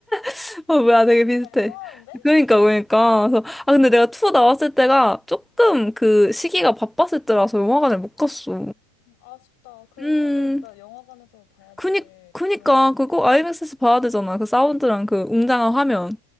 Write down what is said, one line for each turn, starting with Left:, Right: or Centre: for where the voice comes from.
Centre: <laughs>
Left: 근데
Centre: 아, 뭐야,
Left: 우리 좀
Centre: 되게 비슷해.
Left: 잘 떠나는데?
Centre: 그러니까, 그러니까. 그래서, 아, 근데 내가
Left: 신기하다.
Centre: 투어 나왔을 때가 조금
Left: 어.
Centre: 그 시기가 바빴을 때라서 영화관을 못 갔어.
Left: 음, 아쉽다. 그거는
Centre: 음,
Left: 진짜 영화관에서 봐야
Centre: 그니,
Left: 될
Centre: 그니까,
Left: 그런 건데.
Centre: 그거 IMAX에서 봐야 되잖아. 그 사운드랑 그 웅장한 화면.